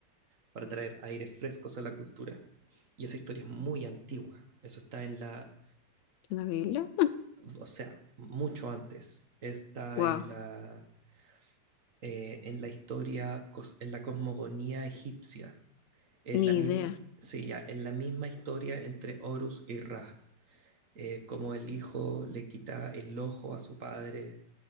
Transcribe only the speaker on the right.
para traer aires frescos a la cultura. Y esa historia es muy antigua. Eso está en la,
o sea, mucho antes. Está
en la, eh, en la historia, cos- en la cosmogonía egipcia. Es
la misma,
sí, ya, es la misma historia entre Horus y Ra. Eh, como el hijo le quita el ojo a su padre